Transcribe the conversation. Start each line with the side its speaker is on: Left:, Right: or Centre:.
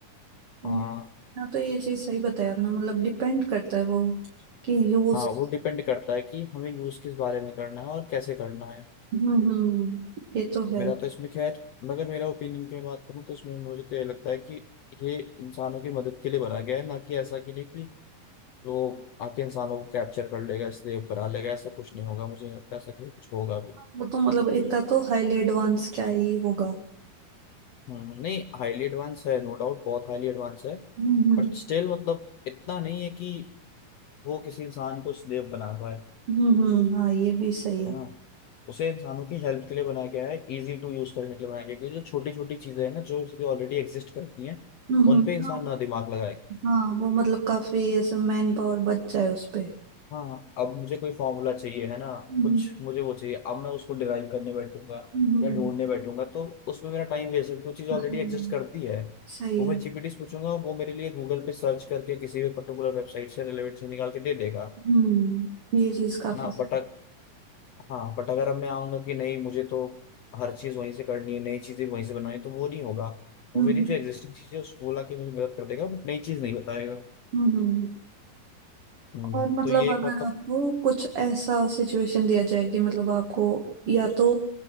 Right: हम्म,
Left: हाँ
Right: हाँ तो ये चीज सही बताया आपने मतलब डिपेंड करता है वो कि यूज
Left: हाँ वो डिपेंड करता है कि हमें यूज किस बारे में करना है और कैसे करना है
Right: हम्म हम्म, हम्म, ये तो है
Left: मेरा तो इसमें खैर मगर मेरा ओपिनियन की मैं बात करूँ तो इसमें मुझे तो ये लगता है कि ये इंसानों की मदद के लिए बनाया गया है ना कि ऐसा कि नहीं कि वो आके इंसानों को कैप्चर कर लेगा इसलिए बना लेगा ऐसा कुछ नहीं होगा मुझे नहीं लगता ऐसा कभी कुछ होगा भी
Right: वो तो मतलब इतना तो हाईली एडवांस क्या ही होगा
Left: हम्म, नहीं हाईली एडवांस है नो डाउट बहुत हाईली एडवांस है
Right: हम्म
Left: बट स्टिल मतलब इतना नहीं है कि वो किसी इंसान को स्लेव बना पाए
Right: हम्म हम्म, हाँ ये भी सही है
Left: है ना उसे इंसानों की हेल्प के लिए बनाया गया है इजी टू यूज करने के लिए बनाया गया है क्योंकि जो छोटी छोटी चीजें हैं ना जो चीजें ऑलरेडी एग्जिस्ट करती हैं
Right: हम्म
Left: उन पे इंसान
Right: हाँ
Left: ना दिमाग लगाए
Right: हाँ वो मतलब काफी ऐसे मैन पावर बच जाए उस पे
Left: हाँ हाँ, अब मुझे कोई फॉर्मूला चाहिए है ना
Right: हम्म
Left: कुछ मुझे वो चाहिए अब मैं उसको डिराइव करने बैठूंगा
Right: हम्म
Left: या ढूंढने बैठूंगा तो उसमें मेरा टाइम वेस्ट है वो चीज़ ऑलरेडी
Right: हम्म,
Left: एग्जिस्ट करती है
Right: सही
Left: वो
Right: है
Left: मैं जीपीटी से पूछूंगा वो मेरे लिए गूगल पे सर्च करके किसी भी पर्टिकुलर वेबसाइट से रिलेवेंट से निकाल के दे देगा
Right: हम्म ये चीज काफी
Left: है ना
Right: सही
Left: बट
Right: है।
Left: हाँ बट अगर अब मैं आऊंगा कि नहीं मुझे तो हर चीज़ वहीं से करनी है नई चीज़ें वहीं से बनानी है, तो वो नहीं होगा
Right: हम्म
Left: वो मेरी जो एग्जिस्टिंग चीज़ है उसको बोला कि मेरी मदद कर देगा बट नई चीज़ नहीं बताएगा
Right: हम्म हम्म।
Left: हम्म,
Right: और मतलब
Left: तो ये
Right: अगर
Left: एक मतलब
Right: आपको कुछ ऐसा सिचुएशन दिया जाए कि मतलब आपको या तो